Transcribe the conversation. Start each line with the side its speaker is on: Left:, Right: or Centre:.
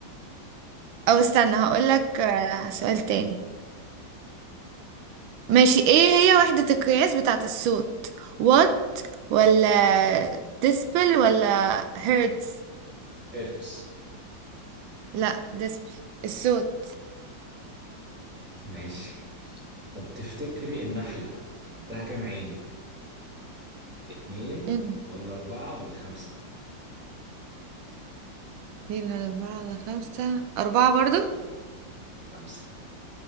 Right: او استنى هقولك آه، سؤال تاني ماشي ايه هي وحدة القياس بتاعة الصوت وات ولا ديسبل ولا هيرتز
Centre: ارتس
Right: لا ديسبل الصوت
Centre: ماشي طب تفتكري النحلة عندها كام عين اتنين
Right: مم.
Centre: ولا أربعة ولا خمسة
Right: اتنين على أربعة على خمسة أربعة برضو
Centre: خمسة